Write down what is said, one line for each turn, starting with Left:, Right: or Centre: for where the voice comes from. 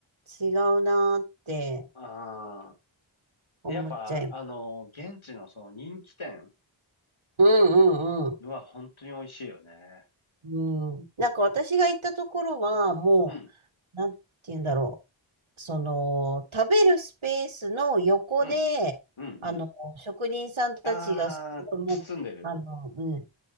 Right: 違うなーって。
Left: ああ。
Right: 思っちゃいます。
Left: で、やっぱ、あの、現地のその人気店
Right: うんうんう
Left: は本当に美味しいよね。
Right: ん。うん。なんか私が行ったところは、も
Left: うん、
Right: う、なんて言うんだろう。その、食べるスペースの横で、
Left: うん、うん、
Right: あの、
Left: うん。
Right: 職人さんたちがすごい、
Left: ああ、
Right: もう、
Left: 包んでる。
Right: あの、うん、